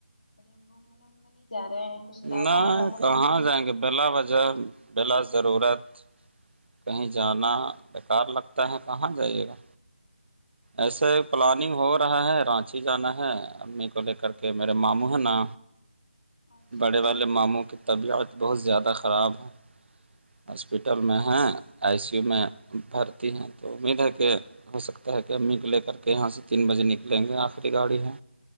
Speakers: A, on the left (about 35°); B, on the right (about 75°).
A: کہیں گھومنے اومنے نہیں جا رہے کچھ ارادہ
B: نہیں
A: ارادہ
B: کہاں
A: بنا
B: جائیں گے بلا وجہ بلا ضرورت کہیں جانا بیکار لگتا ہے کہاں جائیے گا
A: <inaudible>
B: ایسے پلاننگ ہو رہا ہے رانچی جانا ہے امی کو لے کر کے میرے ماموں ہیں نا
A: اچھا
B: بڑے والے ماموں کی طبیعت بہت زیادہ خراب ہے ہاسپٹل میں ہیں آئی سی یو میں بھرتی ہیں تو امید ہے کہ ہو سکتا ہے کہ امی کو لے کر کے یہاں سے تین بجے نکلیں گے آخری گاڑی ہے